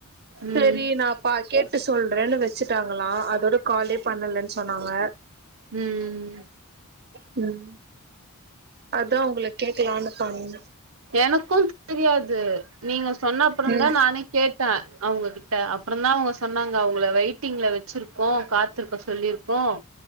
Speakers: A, on the right (about 65°); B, on the right (about 45°).
A: ம்
B: செரி நா பா கேட் சிட்டு சொல்றேன் வச்சுட்டாங்களா அதோட காலே பண்ணலன் சொன்னாங்க
A: ம்
B: ம் அதா உங்கள கேக்கலானு ஆமா
A: எனக்கு தெரியாது நீங்க சொ சொன்ன அப்றதா
B: ம்
A: நானே கேட் த அவங்ககிட்ட அப்ற தா அவங்க சொன்னாங்க அவங்கள வெயிட்டிங்ல வச்சிருக்கோ காத்திருக்க சொல்லிருக்கோ